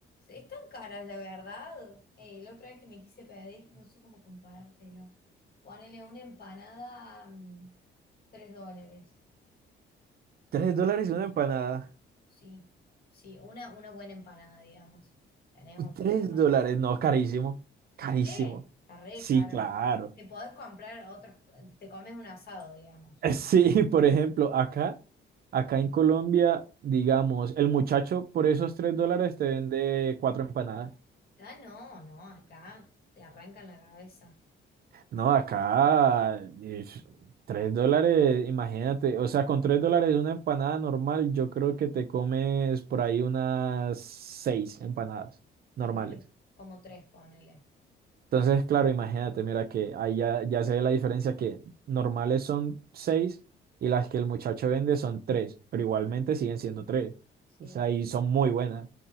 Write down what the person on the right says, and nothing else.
Tres dólares una empanada.
Tres
dólares,
no, carísimo, carísimo.
Sí,
claro.
Eh, Sí, <laughs> por ejemplo, acá, acá en Colombia, digamos, el muchacho por esos tres dólares te vende cuatro empanadas.
No, acá,
ish, tres dólares, imagínate, o sea, con tres dólares una empanada normal, yo creo que te comes por ahí unas seis empanadas
normales.
Entonces, claro, imagínate, mira que ahí ya, ya se ve la diferencia que normales son seis y las que el muchacho vende son tres, pero igualmente siguen siendo tres.
O sea, y son muy buenas.